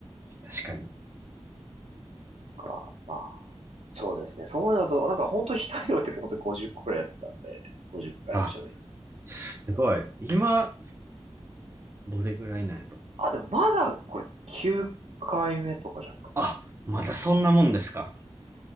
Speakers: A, on the right; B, on the right.
A: 確かに。
B: か、まあ、そうですね。そういうのと、なんか本当一人で多い時本当に50個くらいやってたんで、50回おしゃべり。
A: あ、すごい。今、どれぐらいなんやろ。
B: あ、でもまだこれ9回目とかじゃないですかね。
A: あ、まだそんなもんですか。